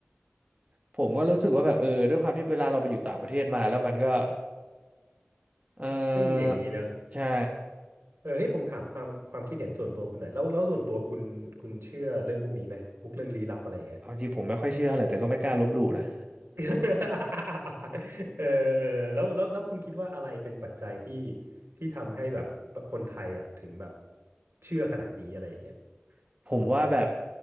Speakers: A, on the right; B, on the right.
A: ผมก็รู้สึกว่าแบบเออด้วยความที่เวลาเราไปอยู่ต่างประเทศมาแล้วมันก็เอ
B: ไม่มีอย่างนี้เนอะ
A: อใช่
B: เออเฮ้ยผมถามความความคิดเห็นส่วนตัวคุณหน่อยแล้วแล้วส่วนตัวคุณคุณเชื่อเรื่องพวกนี้ไหมพวกเรื่องลี้ลับอะไรอย่างเงี้ย
A: เอาจริงผมไม่ค่อยเชื่ออะไรแต่ก็ไม่กล้าลบหลู่นะ
B: เออเออแล้วแล้วแล้วคุณคิดว่าอะไรเป็นปัจจัยที่ที่ทำให้แบบคนไทยอ่ะถึงแบบเชื่อขนาดนี้อะไรอย่างเงี้ย
A: <laughs> ผมว่าแบบ